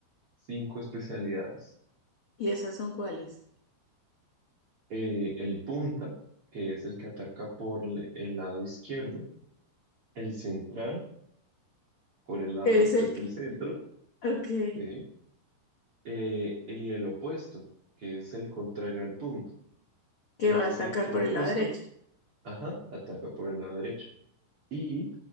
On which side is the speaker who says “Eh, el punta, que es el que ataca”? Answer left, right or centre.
Right